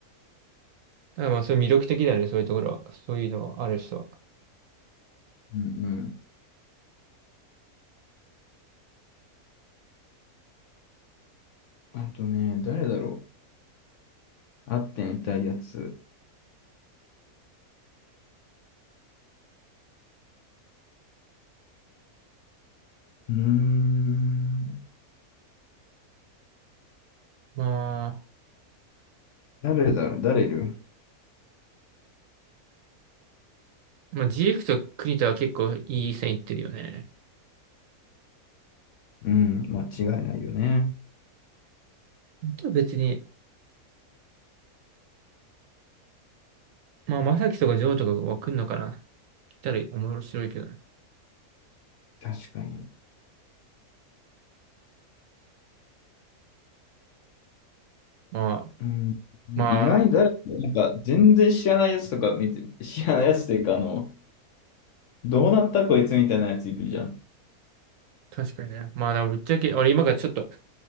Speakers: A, on the right; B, on the left.
A: だからまあ、そういう魅力的だよね、そういうところは。そういうのがある人は。
B: うんうん。あとね、誰だろう。会ってみたいやつ。うーん。
A: ま
B: 誰だろう、誰いる
A: あ、まあ、ジークと栗田は結構いい線いってるよね。
B: うん、間違いないよね。
A: 本当は別に、まあ、まさきとかジョーとかが来んのかな。来たら面白いけどね。
B: 確かに。
A: まあ、
B: うん、
A: まあ、
B: 意外に誰か、なんか全然知らないやつとか見て、知らないやつというか、あの、どうなったこいつみたいなやついるじゃん。
A: 確かにね。まあ、でもぶっちゃけ、俺今からちょっと、